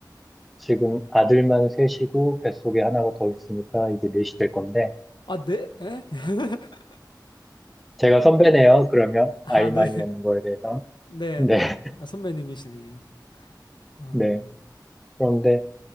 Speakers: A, in the centre; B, on the left (about 85°).
A: 지금 아들만 셋이고 뱃속에 하나가 더 있으니까 이제 넷이 될 건데,
B: 아, 네? 에? <laughs>
A: 제가 선배네요, 그러면.
B: 아,
A: 아이만
B: 네,
A: 있는 거에 대해서.
B: 네,
A: 네,
B: 네.
A: <laughs>
B: 아, 선배님이시네요. 어,
A: 네. 그런데,